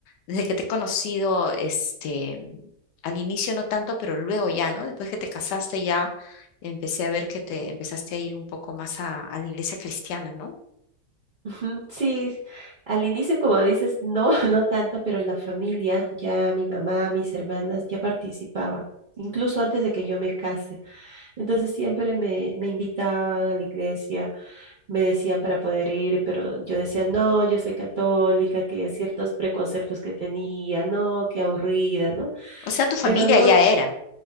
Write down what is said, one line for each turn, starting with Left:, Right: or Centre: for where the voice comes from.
Left: desde que te he conocido, este, al inicio no tanto, pero luego ya, ¿no? Después que te casaste ya empecé a ver que te empezaste a ir un poco más a, a la iglesia cristiana, ¿no?
Right: Ujú, Sí, al inicio, como dices, no, <laughs> no tanto, pero en la familia ya mi mamá, mis hermanas ya participaban, incluso antes de que yo me case. Entonces siempre me, me invitaban a la iglesia, me decían para poder ir, pero yo decía, no, yo soy católica, que ciertos preconceptos que tenía, no, qué aburrida, ¿no?
Left: O sea, tu familia
Right: Pero lue-
Left: ya era.